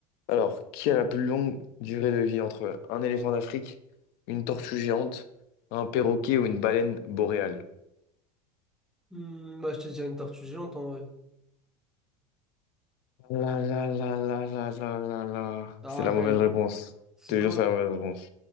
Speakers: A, on the left (about 50°); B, in the centre.
A: Alors, qui a la plus longue durée de vie entre un éléphant d'Afrique, une tortue géante, un perroquet ou une baleine boréale?
B: Hmm, bah, je te dirais une tortue géante en vrai.
A: La la la la la la la la.
B: Arrête.
A: C'est la mauvaise réponse.
B: C'est
A: Je te
B: quoi?
A: jure, c'est la mauvaise réponse.